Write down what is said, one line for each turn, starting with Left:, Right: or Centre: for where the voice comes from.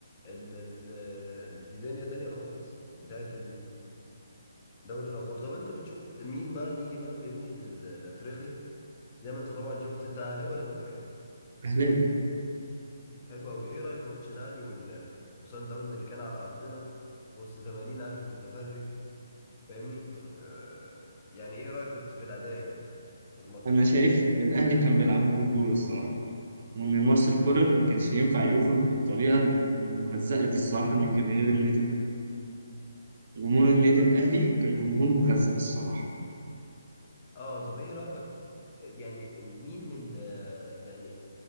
Left: ال... ال... دي دنيا تانية خالص بتاعت دوري الابطال طب انت بتشوف مين بقى نيجي بقى فهمني لل- لافريقيا زي ما انت طبعا شفت انت اهلاوي ولا زملكاوي
Right: أهلاوي
Left: حلو قوي ايه رايك في ماتش الاهلي وال وسان داونز اللي كان على ارضنا وسط 80 الف متفرج فاهمني <laughs> آه، يعني ايه رايك كنت في الاداء يعني في الماتش
Right: أنا شايف الأهلي كان بيلعبوا برجولة الصراحة وإن مارسيل كولر ما كانش ينفع يخرج بالطريقة المهزأة دي الصراحة من جماهير النادي الأهلي جمهور
Left: طب
Right: النادي الأهلي كان جمهور مهزأ الصراحة
Left: اه طب ايه رأيك يعني مين ال يعني